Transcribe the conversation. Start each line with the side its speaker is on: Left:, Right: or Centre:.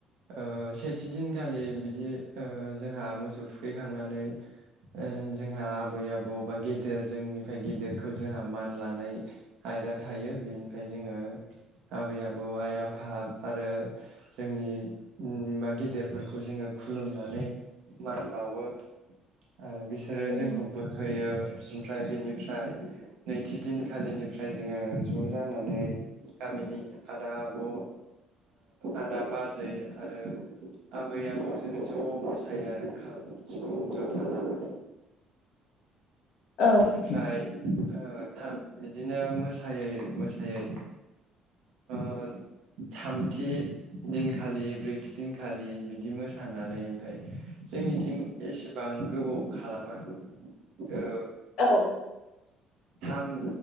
Right: ओ सेथि दिनखालि बिदि ओ जोंहा मोसौ थुखैखांनानै ओ जोंहा आबै आबौ बा गेदेर जोंनिफ्राय गेदेरखौ जोंहा मान लानाय आयदा थायो बिनिफ्राय जोङो आबै आब बौ आइ आफा आरो जोंनि ओम बा गिदिरफोरखौ जोङो खुलुमनानै मान बावो आरो बिसोरो
Left: औ
Right: जोंखौ बोर होयो। ओमफ्राय बेनिफ्राय नैथि दिनखालिनिफ्राय जोङो ज' जानानै गामिनि आदा आब' ओ आदा बाजै आरो आबै आबौ जोङो ज' मोसायो आरो खाम सिफुं जथा लानानै।
Left: औ
Right: बेनिफ्राय ओ बिदिनो मोसायै मोसायै ओ थामथि दिनखालि ब्रैथि दिनखालि बिदि मोसानानै ओमफ्राय जोंनिथिं एसेबां गोबाव खालामा ओ
Left: औ।
Right: थाम ओ